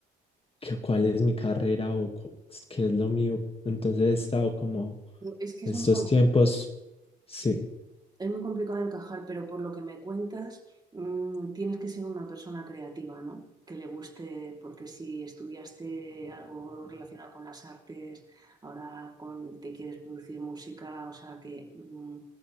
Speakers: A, on the left; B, on the right.
A: qué- cuál es mi carrera o cu- qué es lo mío. Entonces, he estado como
B: Es que
A: estos
B: es muy
A: tiempos, sí.
B: Es muy complicado de encajar, pero por lo que me cuentas, mm, tienes que ser una persona creativa, ¿no? Que le guste, porque si estudiaste algo relacionado con las artes, ahora con- te quieres producir música, o sea que mm,